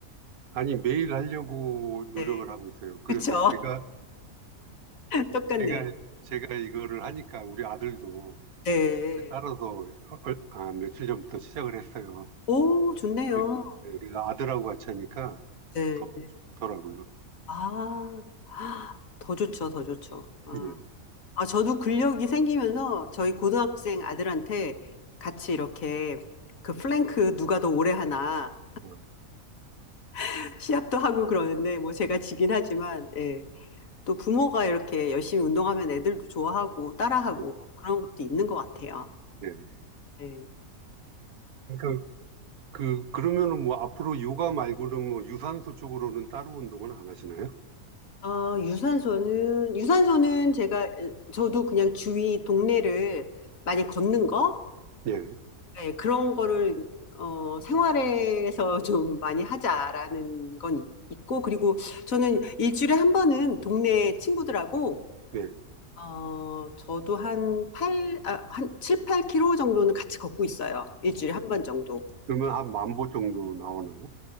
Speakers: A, on the right; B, on the left.
A: 아니 매일 하려고 노력을
B: 네.
A: 하고 있어요. 그래서
B: 그쵸.
A: 제가
B: <laughs> 똑같네요.
A: 제가 제가 이거를 하니까 우리 아들도
B: 네.
A: 따라서 얼- 아, 며칠 전부터 시작을 했어요.
B: 오, 좋네요.
A: 그래서 내가 아들하고 같이 하니까
B: 네.
A: 더 좋더라고요.
B: 아, 더 좋죠, 더 좋죠. 아.
A: 예.
B: 아, 저도 근력이 생기면서 저희 고등학생 아들한테 같이 이렇게 그 플랭크 누가 더 오래 하나
A: 어,
B: <laughs> 시합도 하고 그러는데 뭐 제가 지긴 하지만 예. 또 부모가 이렇게 열심히 운동하면 애들도 좋아하고 따라하고
A: 예.
B: 그런 것도 있는 것 같아요.
A: 예.
B: 예.
A: 그러니까 그 그러면은 뭐 앞으로 요가 말고는 뭐 유산소 쪽으로는 따로 운동은 안 하시나요?
B: 아, 유산소는 유산소는 제가 저도 그냥 주위 동네를 많이 걷는 거
A: 예.
B: 네, 그런 거를 어, 생활에서 <laughs> 좀 많이 하자라는 건 있- 있고, 그리고 저는 일주일에 한 번은 동네 친구들하고,
A: 예.
B: 어, 저도 한 팔 아, 한 7, 8킬로 정도는 같이 걷고 있어요. 일주일에
A: 어.
B: 한 번 정도.
A: 그러면 한 만보 정도 나오나요?